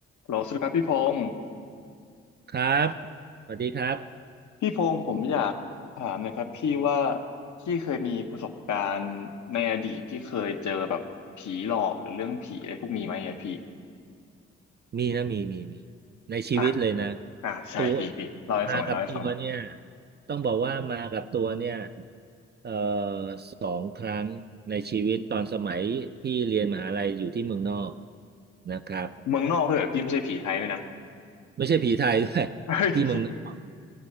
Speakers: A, on the left (about 65°); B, on the right (about 35°).
A: โหลสวัสดีครับพี่พงศ์
B: ครับสวัสดีครับ
A: พี่พงศ์ผมอยากถามหนะครับพี่ว่าพี่เคยมีประสบการณ์ในอดีตที่เคยเจอแบบผีหลอกหรือเรื่องผีอะไรพวกนี้ไหมอะพี่
B: มีนะมีมีมี ในชีวิตเลยนะ
A: อ่ะอ่ะใช่พี่พี่เล่าให้ฟังหน่อยเล่าให้ฟังหน่อย
B: ตัวมากับตัวเนี่ยต้องบอกว่ามากับตัวเนี่ยเอ่อสองครั้งในชีวิต ตอนสมัยพี่เรียนมหาลัยอยู่ที่เมืองนอกนะครับ
A: เมืองนอกด้วยเหรอพี่ไม่ใช่ผีไทยด้วยนะ
B: ไม่ใช่ผีไทยด้วย
A: เฮ้ย
B: ที่เมืองนอก
A: <laughs>